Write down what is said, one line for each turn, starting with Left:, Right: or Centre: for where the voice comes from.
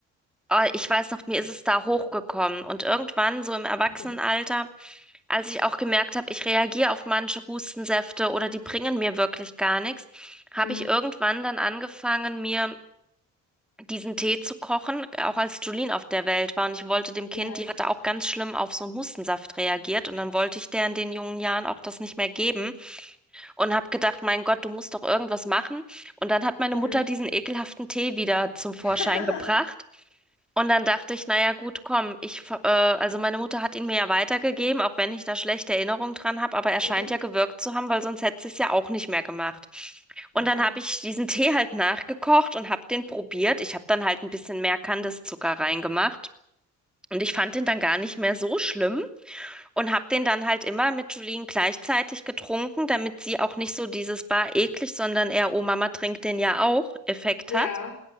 Centre: Äh, ich weiß noch, mir ist es da hochgekommen und irgendwann so im Erwachsenenalter
Left: <laughs>
Centre: als ich auch gemerkt habe, ich reagiere auf manche Hustensäfte oder die bringen mir wirklich gar nichts, habe
Left: Mhm.
Centre: ich irgendwann dann angefangen, mir diesen Tee zu kochen, auch als Julien auf der Welt war. Und ich wollte dem
Left: Ja.
Centre: Kind, die hatte auch ganz schlimm auf so einen Hustensaft reagiert. Und dann wollte ich der in den jungen Jahren auch das nicht mehr geben und habe gedacht, mein Gott, du musst doch irgendwas machen. Und dann hat meine
Left: Mhm.
Centre: Mutter diesen ekelhaften Tee wieder zum Vorschein
Left: <laughs>
Centre: gebracht. Und dann dachte ich, naja, gut, komm, ich, ver- äh, also meine Mutter hat ihn mir ja weitergegeben, auch wenn ich da schlechte Erinnerungen dran habe, aber er scheint
Left: Mhm.
Centre: ja gewirkt zu haben, weil sonst hätte sie es ja auch nicht mehr gemacht.
Left: Ja.
Centre: Und dann habe ich diesen Tee halt nachgekocht und habe den probiert. Ich habe dann halt ein bisschen mehr Kandiszucker reingemacht. Und ich fand den dann gar nicht mehr so schlimm und habe den dann halt immer mit Julien gleichzeitig getrunken, damit sie auch nicht so
Left: Mhm.
Centre: dieses Bar eklig, sondern eher, oh Mama trinkt den ja auch Effekt
Left: Ja.
Centre: hat.